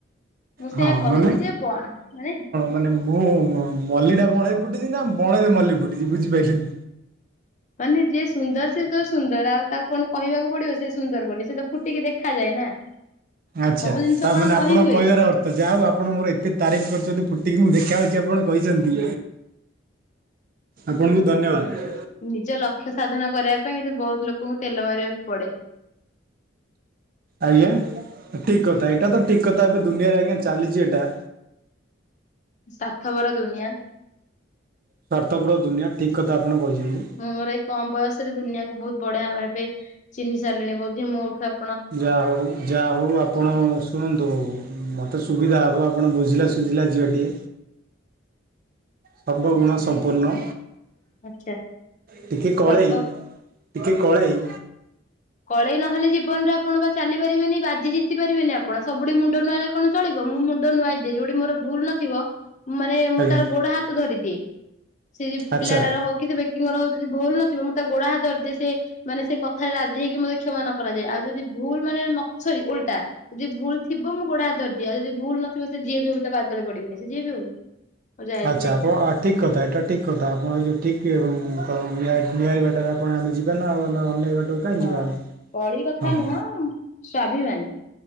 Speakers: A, on the left; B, on the right.
A: ମୁଁ ସେୟା
B: ହଁ
A: କହୁଚି
B: ମାନେ
A: ଯେ ବ ମାନେ
B: ମାନେ ମୁଁ ମଲ୍ଲିଟା ବଣରେ ଫୁଟିଛି ନା ବଣରେ ମଲ୍ଲି ଫୁଟିଛି ବୁଝିପାଇଲିନି।
A: ମାନେ ଯିଏ ସୁନ୍ଦର ସେଏ ତ ସୁନ୍ଦର ଆଉ ତାକୁ କଣ କହିବାକୁ ପଡିବ ସେ ସୁନ୍ଦର ବୋଲି ସେ ତ ଫୁଟିକି ଦେଖାଯାଏ ନା।
B: ଆଚ୍ଛା
A: ସବୁ ଜିନିଷ
B: ତା
A: କଣ
B: ମାନେ ଆପଣଙ୍କ
A: କହି ହୁଏ
B: କହିବାର ଅ ତ ଯାହା ହଉ ଆପଣ ମୋର ଏତେ ତାରିଫ କରିଚନ୍ତି ଫୁଟିକି ମୁଁ ଦେଖାହଉଛି ଆପଣ କହିଚନ୍ତି। ଆପଣଙ୍କୁ ଧନ୍ୟବାଦ।
A: ନିଜ ଲକ୍ଷ୍ୟ ସାଧନ କରିବା ପାଇଁ ବହୁତ ଲୋକଙ୍କୁ ତେଲ ମାରିବାକୁ ପଡେ।
B: ଆଜ୍ଞା ଠିକ୍ କଥା ଏଇଟା ତ ଠିକ୍ କଥା ଏବେ ଦୁନିଆରେ ଆଜ୍ଞା ଚାଲିଛି ଏଟା।
A: ସ୍ୱାର୍ଥପର ଦୁନିଆ
B: ସ୍ୱାର୍ଥପର ଦୁନିଆ ଠିକ୍ କଥା ଆପଣ କହିଚନ୍ତି।
A: ମୁଁ ମୋର ଏଇ କମ୍ ବୟସରେ ଦୁନିଆକୁ ବହୁତ ବଢିଆଭାବେ ଚିହ୍ନି ସାରିଲିଣି ବୋଧି ମୋ ଉଠୁ ଆ
B: ଯାହା ହଉ ଯାହା ହଉ ଆପଣ ସ ଶୁଣନ୍ତୁ ମୋତେ ସୁବିଧା ହେବ ଆପଣ ବୁଝିଲା ସୁୁଝିଲା ଝିଅଟିିଏ। ସର୍ବଗୁଣ
A: ଆଚ୍ଛା
B: ସମ୍ପୂର୍ଣ୍ଣ।
A: ଆଚ୍ଛା
B: ଟିକେ କଳେଇ
A: ସର୍ବ।
B: ଟିକେ କଳେଇ
A: କଳେଇ ନହେଲେ ଜୀବନରେ ଆପଣ ବା ଚାଲିପାରିବେନି ବାଜି ଜିତି ପାରିବେନି ଆପଣ ସବୁଠି ମୁଣ୍ଡ ନୁଆଇଲେ ଆପଣ ଚଳିବ ମୁଁ ମୁଣ୍ଡ ନୁଆଦିଏ ଯଉଠି ମୋର ଭୁଲ୍ ନ ଥିବ ମାନେ ମୁଁ
B: ଆଜ୍ଞା
A: ତାର ଗୋଡ ହାତ ଧରିଦିଏ ସେ
B: ଆଚ୍ଛା
A: ପିଲାଟାର ହଉ। କିଛି ବ୍ୟକ୍ତିଙ୍କର ଯଦି ଭୁଲ୍ ନଥିବ ମୁଁ ତା ଗୋଡା ହାତ ଧରିଦିଏ ସେ ମାନେ ସେ କଥାରେ ରା ଯିଏକି ମତେ କ୍ଷମା ନ କରାଯାଏ ଆଉ ଯଦି ଭୁଲ୍ ମାନେ ନ ସରି ଉଲଟା ଯଦି ଭୁଲ୍ ଥିବ ମୁଁ ଗୋଡ ହାତ ଧରି ଦିଏ ଆ ଯଦି ଭୁଲ୍ ନଥିବ ସେ ଯିଏ ବି ହଉ ତା ପାଦ ତଳେ ପଡିବିନି ସେ ଯିଏ ବି ହଉ। ମୋର ଯାଏ ଆସେ
B: ଆଚ୍ଛା
A: ନାହିଁ
B: ଆପଣ ଆ ଠିକ୍ କଥା ଏଇଟା ଠିକ୍ କଥା ଆପଣ ଏଇ ଯେଉଁ ଠିକ୍ କ ନିଆଇ ବାଟାରେ ଆପଣ ଆମେ ଯିବନା ଆଉ ଆମେ ଅନେଇ ବାଟକୁ କାହିଁ
A: ହଁ
B: ଯିବା ଆମେ
A: କଳି କଥା
B: ହଁ।
A: ନୁହଁ ସ୍ୱାଭିମାନୀ।